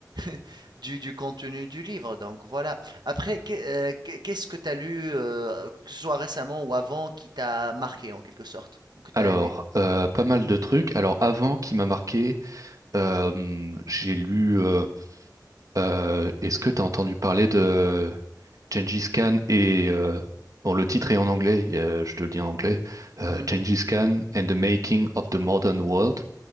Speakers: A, on the right (about 75°); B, on the right (about 50°).
A: <laughs> du du contenu du livre, donc voilà. Après, qu'est heu, qu'est qu'est-ce que tu as lu, heu, que ce soit récemment ou avant, qui t'a marqué en quelque sorte ou que tu
B: Alors,
A: as aimé?
B: euh, pas mal de trucs. Alors, avant, qui m'a marqué, euh, j'ai lu. euh, Euh, est-ce que tu as entendu parler de Gengis Khan et euh, bon, le titre est en anglais, euh, je te le dis en anglais,
A: Mhm.
B: euh, Gengis Khan and the Making of the Modern World,